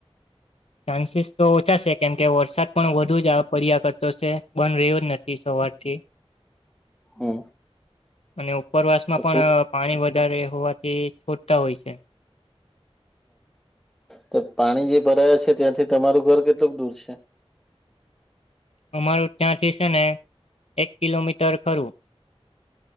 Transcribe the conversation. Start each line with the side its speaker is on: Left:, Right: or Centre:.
Left: ચાન્સીસ તો ઓછા છે કેમ કે વરસાદ પણ વધુ જ આ પડ્યા ક રતો છે બંધ રહ્યો જ નથી સવારથી.
Centre: હમ
Left: અને ઉપરવાસ માં
Centre: તો
Left: પણ પાણી વધારે હોવાથી છોડતા હોય છે.
Centre: તો પાણી જે ભરાયા છે ત્યાંથી તમારું ઘર કેટલુંક દૂર છે?
Left: અમારું ત્યાંથી છે ને એક કિલોમીટર ખરું.